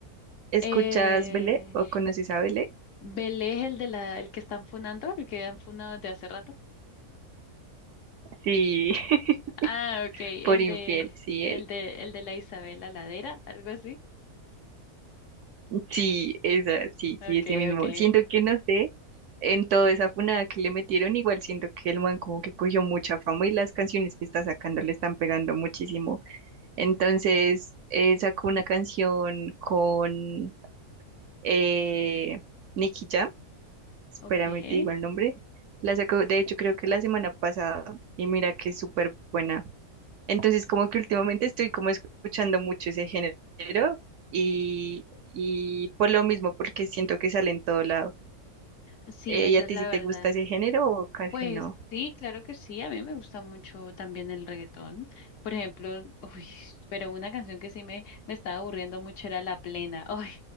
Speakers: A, on the right (about 65°); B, on the left (about 60°).
A: ¿Escuchas
B: Eh...
A: Belé o conoces a Belé?
B: Belé, el de la, el que están funando, el que han funado desde hace rato.
A: Sí, <laughs>
B: Ah, ok, el
A: por infiel,
B: de,
A: sí,
B: el
A: él.
B: de, el de la Isabel Ladera, algo así.
A: Sí, esa, sí,
B: Ok,
A: sí, ese mismo.
B: ok,
A: Siento que no sé, en toda esa funada que le metieron, igual siento que el man como que cogió mucha fama y las canciones que está sacando le están pegando muchísimo. Entonces eh, sacó una canción con eh, Nicky Jam, espérame,
B: ok.
A: te digo el nombre. La sacó, de hecho, creo que la semana pasada, y mira que es súper buena. Entonces, como que últimamente estoy como escuchando mucho ese género y, y por lo mismo, porque siento que sale en todo lado.
B: Sí,
A: Eh,
B: eso
A: ¿y a
B: es
A: ti
B: la
A: sí te
B: verdad.
A: gusta ese género o casi
B: Pues
A: no?
B: sí, claro que sí, a mí me gusta mucho también el reggaetón. Por ejemplo, <laughs> uy, pero una canción que sí me, me estaba aburriendo mucho era La Plena. Ay,